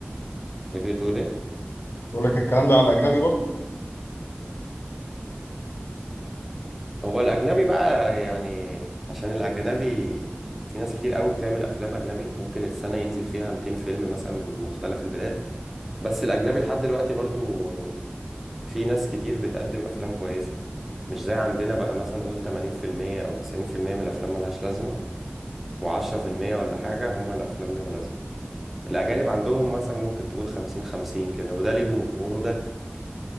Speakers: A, in the centre; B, on the left.
A: إيه بتقول إيه؟
B: بقول لك الكلام ده على الاجنبي برضه
A: هو الأجنبي بقى يعني عشان الأجنبي في ناس كتير قوي بتعمل أفلام أجنبي ممكن السنة ينزل فيها 200 فيلم مثلا من مختلف البلاد بس الأجنبي لحد دلوقتي برضو في ناس كتير بتقدم أفلام كويسة مش زي عندنا بقى مثلا قول 80% أو 90% من الأفلام ملهاش لازمة وعشرة في المية ولا حاجة هما الأفلام ليهم لازمة الأجانب عندهم مثلا ممكن تقول خمسين خمسين كده وده ليه جمهوره وده